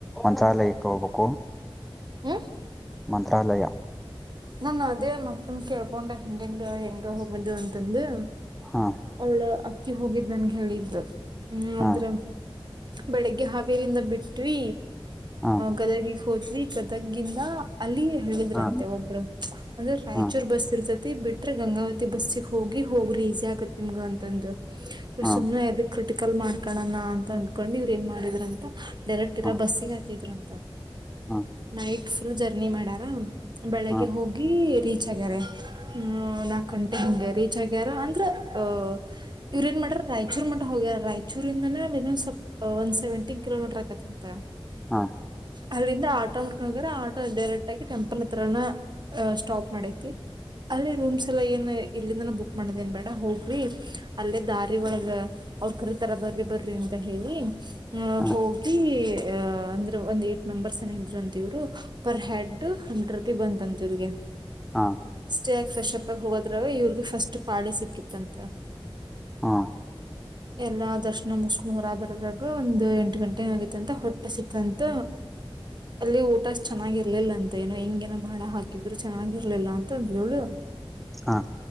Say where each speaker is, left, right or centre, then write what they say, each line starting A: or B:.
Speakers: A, in the centre; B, on the right.
A: ಒಂಸಾಲಕ್ಕಾ ಹೋಗ್ಬೇಕು
B: ಹ್ಮ್
A: ಮಂತ್ರಾಲಯ
B: ನಾನ ಅದೇ ಮಕ್ಕನ್ ಕೇಳ್ಕೊಂಡ ಹೆಂಗ ಹೆಂಗ ಹೆಂಗ ಹೋಗದು ಅಂತಂದು
A: ಹಾ
B: ಒಳ್ಳ ಅಕ್ಕಿ ಹೋಗಿದ್ ನನ್ಗೆ ಹೇಳಿದ್ದ ಹ್ಮ್
A: ಹಾ
B: ಅದ್ರ ಬೆಳಗ್ಗೆ ಹಾವೇರಿಂದ ಬಿಟ್ವಿ
A: ಹಾ
B: ಗದಗಿಗ್ ಹೋದ್ವಿ ಗದಗಿಂದ ಅಲ್ಲಿ ಹೇಳಿದ್ರಂತೆ
A: ಹಾ
B: ಒಬ್ರು ಅಂದ್ರೆ ರಾಯಚೂರ್
A: ಹಾ
B: ಬಸ್ ಇರ್ತತಿ ಬಿಟ್ರೆ ಗಂಗಾವತಿ ಬಸ್ಸಗ್ ಹೋಗಿ ಹೋಗ್ರಿ ಈಸಿ ಆಗುತ್ತೆ ನಿಮಗ ಅಂತಂದು
A: ಹಾ
B: ಇ ಸುಮ್ನೆ ಎದಕ್ ಕ್ರಿಟಿಕಲ್ ಮಾಡ್ಕಳಣ ಅಂತ ಅಂದಕೊಂಡು ಇವ್ರ್ ಏನ್ ಮಾಡಿದ್ರ ಅಂತ ಡೈರೆಕ್ಟ್ ಇರೋ
A: ಹಾ
B: ಬಸ್ಸಿಗೆ ಹಾತಿದರ ಅಂತ
A: ಹಾ
B: ನೈಟ್ ಫುಲ್ ಜರ್ನಿ ಮಾಡ್ಯಾರ ಬೆಳಿಗ್ಗೆ
A: ಹಾ
B: ಹೋಗಿ ರೀಚ್ ಆಗ್ಯಾರ ಹ್ಮ ನಾಕಗಂಟೆ ಹಂಗೆ ರೀಚ್ ಆಗ್ಯಾರ ಅಂದ್ರ ಅಹ ಇವ್ ಏನ್ ಮಾಡ್ರ ರಾಯಚೂರ್ ಮಟ ಹೋಗ್ಯಾರ ರಾಯಚೂರಿಂದನೇ ಅ ಇ ಸ್ವಲ್ಪ ಒನ್ ಸೆವೆಂಟಿ ಕಿಲೋಮೀಟರ್ ಆಕತಿ ಅಂತ
A: ಹಾ
B: ಅಲ್ಲಿಂದ ಆಟೋ ಮಾಡ್ಕೊಂಡೋಗ್ರ ಆಟೋ ಡೈರೆಕ್ಟ್ ಆಗಿ ಟೆಂಪಲ್ ಹತ್ರನ ಅ ಸ್ಟಾಪ್ ಮಾಡೈತಿ. ಅಲ್ಲೇ ರೂಮ್ಸ್ ಎಲ್ಲ ಏನ್ ಇಲ್ಲಿಂದನ ಬುಕ್ ಮಾಡದೇನ್ ಬೇಡ ಹೋರ್ರೀ ಅಲ್ಲೇ ದಾರಿ ಒಳಗ ಅವ್ರ ಕರಿತರ ಬರ್ರಿ ಬರ್ರಿ ಅಂತ ಹೇಳಿ ಆ
A: ಹಾ
B: ಹೋಗಿ ಅಹ ಅಂದ್ರೆ ಒಂದ್ ಏಟ್ ಮೆಂಬರ್ಸ್ ಏನೋ ಇದ್ರ ಅಂತ ಇವ್ರು ಪರ್ ಹೆಡ್ ಹಂಡ್ರೆಡ್ ರೂಪಿ ಬಂತಾ ಇವ್ರಿಗೆ
A: ಹಾ
B: ಸ್ಟೇ ಆಗಿ ಫ್ರೆಶ್ಪ್ ಆಗಿ ಹೋಗೋದ್ರಾಗ ಇವ್ರಿಗೆ ಫಸ್ಟ್ ಪಾಡೆ ಸಿಕ್ಕಿತ್ಂತ
A: ಹಾ
B: <unintelligible> ಎಲ್ಲಾ ದರ್ಶನ ಮುಗಸ್ಕೊಂಡ ಹೋರಗ ಬರೋದ್ರಾಗ ಒಂದು ಎಂಟು ಗಂಟೆ ಹೆಂಗ ಆಗೈತ್ತಂತ ಹೊಟ್ಟಿ ಹಸಿತಂತ ಅಲ್ಲಿ ಊಟಾ ಅಷ್ಟ ಚೆನ್ನಾಗಿರ್ಲಿಲ್ಲ ಅಂತ ಏನೋ ಇಂಗ ಏನ ಬಾಳ ಹಾಕ ಇದಿದ್ರು ಚೆನ್ನಾಗಿರ್ಲಿಲ್ಲ ಅಂತ ಅಂದ್ರು ಅವರು
A: ಹಾ